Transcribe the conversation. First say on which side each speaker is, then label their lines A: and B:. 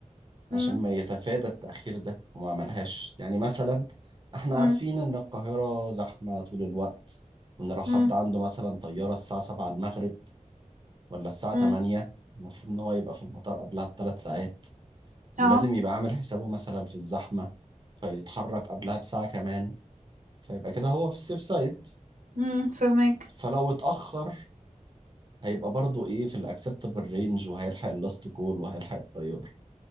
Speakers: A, on the right (about 35°); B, on the right (about 80°).
A: عشان
B: مم،
A: ما يتفادى التأخير ده وما عملهاش يعني مثلا احنا
B: مم،
A: عارفين ان القاهرة زحمة طول الوقت وان لو حد
B: مم،
A: عنده مثلا طيارة الساعة 7 المغرب ولا الساعة
B: مم،
A: 8 المفروض ان هو يبقى في المطار قبلها بثلاث ساعات ولازم
B: اه
A: يبقى عامل حسابه مثلا في الزحمة فيتحرك قبلها بساعة كمان فيبقى كده هو في السيف سايد
B: مم، فهمك
A: فلو اتأخر هيبقى برضو ايه في الاكسبتابل رينج وهيلحق اللاست كول وهيلحق الطيار